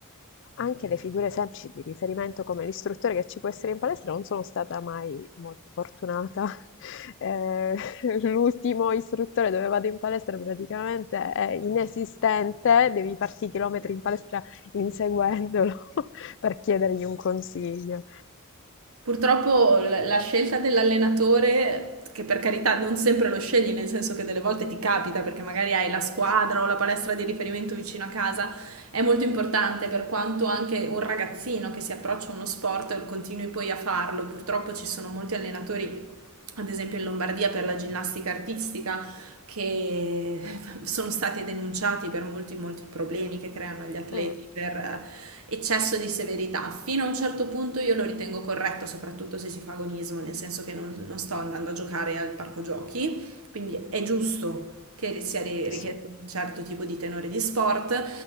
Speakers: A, on the left; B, on the right.
A: anche le figure semplici di riferimento, come l'istruttore che ci può essere in palestra, non sono stata mai molto fortunata. <laughs> Eh, l'ultimo istruttore dove vado in palestra praticamente è inesistente, devi farti chilometri in palestra inseguendolo <laughs> per chiedergli un consiglio.
B: Purtroppo l- la scelta dell'allenatore, che per carità non sempre lo scegli, nel senso che delle volte ti capita perché magari hai la squadra o la palestra di riferimento vicino a casa, è molto importante per quanto anche un ragazzino che si approccia a uno sport e continui poi a farlo. Purtroppo ci sono molti allenatori, ad esempio in Lombardia per la ginnastica artistica, che <laughs> sono stati denunciati per molti, molti problemi che creano agli atleti,
A: Mm,
B: per eccesso di severità. Fino a un certo punto io lo ritengo corretto, soprattutto se si fa agonismo, nel senso che non, non sto andando a giocare al parco giochi, quindi è giusto che sia ri- richiesto
A: sì,
B: un certo tipo di tenore di sport.